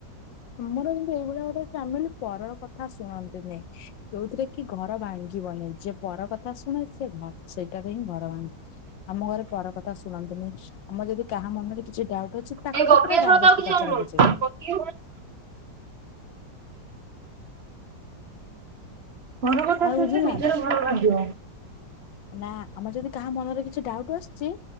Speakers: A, on the left (about 85°); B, on the right (about 50°).
A: ଆମର କିତି ଏଇଭଳିଆ ଗୋଟେ ଫ୍ୟାମିଲି ପରର କଥା ଶୁଣନ୍ତି ନାାଇଁ। ଯୋଉଥିରେ କି ଘର ଭାଙ୍ଗିବନି ଯ ପର କଥା ଶୁଣେ ସେ ଘ ସେଇଟାରେ ହିଁ ଘର ଭାଙ୍ଗିବ। ଆମ ଘରେ ପର କଥା। ଶୁଣନ୍ତୁନି ଆମର ଯଦି କାହା ମନରେ କିଛି ଡାଉଟ୍ ଅଛି ତାକୁ
B: ଏଇ ଗପିଆ
A: ପୁରା
B: ଛଡା
A: ଡାଇରେକ୍ଟ
B: ତ ଆଉ କିଛି
A: ପଚାରକୁ।
B: ଜାଣିନୁ <inaudible> ଘର କଥା
A: ଆଉ
B: ଶୁଣେ
A: ବୁଝିଲା
B: ନିଜର ଭନ ଲାଗିବ।
A: ନା ଆମର ଯଦି କାହା ମନରେ କିଛି ଡାଉଟ ଆସିଛି।